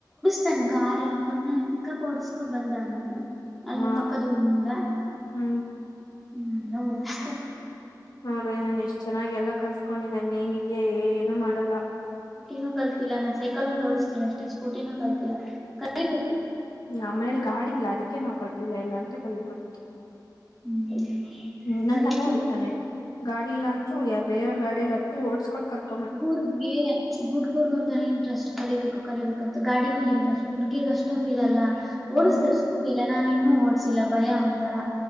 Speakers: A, in the centre; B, on the left (about 65°).
A: ತನ್
B: ಹ್ಮ್
A: ಕಾರ್ ಎಲ್ಲ ಮೊನ್ನೆ ಪಿಕಪ್ ಓಡಸ್ಕೊ ಬಂದಂತೆ ಅಲ್ಲಿ
B: ಹಾ
A: ಪಕ್ಕದಊರಿಂದ <inaudible>
B: ಹ್ಮ್
A: ಹ್ಮ ಎಲ್ಲ ಓಡಷ್ಟೇನ
B: ನೋಡ್ರಿ ನಾನು ಎಷ್ಟ್ ಚೆನ್ನಾಗಿ ಎಲ್ಲ ಕಲ್ಸ್ಕೊಂಡಿದ್ದನೆ ನೀನಿದ ಏನು ಮಾಡಲ್ಲ.
A: ಏನೂ ಕಲತಿಲ್ಲ ನಾ ಸೈಕಲ್ ಒಂದ ಓಡಿಸ್ತೀನಿ ಅಷ್ಟೆ ಸ್ಕೂಟಿನೂ ಕಲ್ತಿಲ್ಲ ಕಲಿಬೇಕು
B: ಆಮೇಲ್ ಗಾಡಿ ಇಲ್ಲ ಅದಕ್ಕೆ ನಾವ್ ಕಲ್ತಿಿಲ್ಲ ಇಲ್ಲಾಂದ್ರೆ ಕಲಿಬೋದಿತ್ತು. <inaudible>
A: ಹ್ಮ್
B: ಹ್ಮ್ ನನ್
A: ಕಲಿತೀನಿ
B: ತಮ್ಮ ಹೊಡಿತಾನೆ ಗಾಡಿ ಇಲ್ಲಾ ಅಂತೂ ಯ ಬೇರೆಯ ಗಾಡಿಯಲ್ಲಿತ <unintelligible>
A: ಗುರ್ಗೆ. ಹುಡ್ಗರ್ಗ ಒಂತರ ಇಂಟ್ರೆಸ್ಟ್ ಕಲಿಬೇಕು ಕಲಿಬೇಕು ಅಂತ ಗಾಡಿ ಮೇಲೆ ಇಂಟ್ರೆಸ್ಟ್ ಹುಡ್ಗಿರ್ಗ್ ಅಷ್ಟೊಂದ ಇರಲ್ಲ. ಓಡಸ್ತಾರೆ
B: ಹ್ಮ್
A: ಸ್ಕೂಟಿ ಎಲ್ಲ ನಾನ ಇನ್ನುೂ ಓಡ್ಸಿಲ್ಲ ಭಯ ಒಂತರ